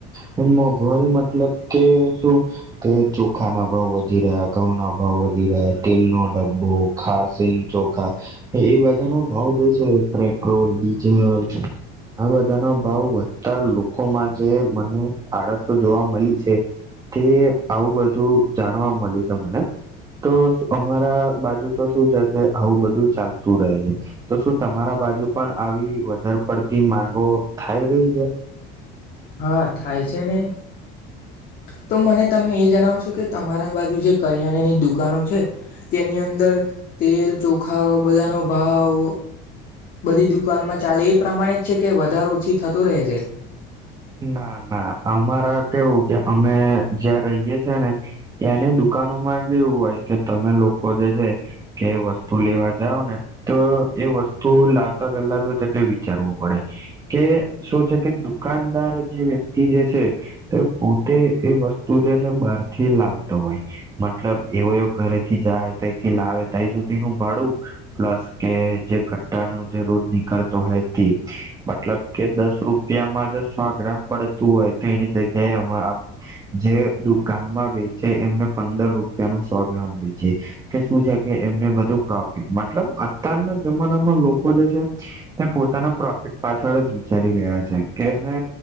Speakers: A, on the right (about 20°); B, on the left (about 45°).
A: છે મોંઘવારી મતલબ કે શું કે ચોખા ના ભાવ વધી <unintelligible> ઘઉ ના ભાવ વધી રહ્યા તેલ નો ડબ્બો ખારસી ચોખા એ બધાનો ભાવ બહુ જે છે પેટ્રોલ ડીઝલ આ બધા નો ભાવ વધ લોકોમાં જે મને આળસો જોવા મળ તે આવું બધું જાણવા મળ્યું છે મને તો અમારા બાજુ તો શું છે કે આવું બધું ચાલતું રહે છે તો શું તમારા બાજુ પણ આવી વધારે પડતી માંગો થાય રહી છે
B: હા થાય છે ને તો મને તમે એ જણાવ છો કે તમારા બાજુ જે કરિયાણાની દુકાનો છે તેની અંદર તેલ ચોખા બધાનો ભાવ બધી દુકાનમાં ચાલે પ્રમાણિત છે કે વધારો ઓછી થતું રહે છે.
A: ના ના અમારા કેવું કે અમે જ્યાં રહીએ છે ને ત્યાંને દુખ દુકાનોમા કેવું હોય કે તમે લોક વધે છે કે વસ્તુ લેવા જાવને તો એ વસ્તુ લાવતા પેલા તો છે કે વિચારવું પડે કે શું છે કે દુકાન અત્યાર જે વ્યક્તિ જે છે એ પોતે એ વસ્તુ જે છે બહારથી લાવતો હોય, મતલબ એવો એ ઘરેથી જાય તથી લાવે તઈ સુધી નું ભાળું પ્લસ કે જે કટ્ટાનું જરોધ નીકળતો હોય તે મતલબ કે દસ રૂપ યામા દસ સો ગ્રામ પડતું હોય, તો એની જગ્યાએ જે ગામમાં વેચે એમને પંદર રૂપિયાનું સો ગ્રામ વેચે કે શું છે કે એમને બધું પ્રો મતલબ અતારના જમાનામાં લોકો જે છે તે પોતાના પ્રોફિટ પાછળજ વિચારી રહ્યા છે, કે એને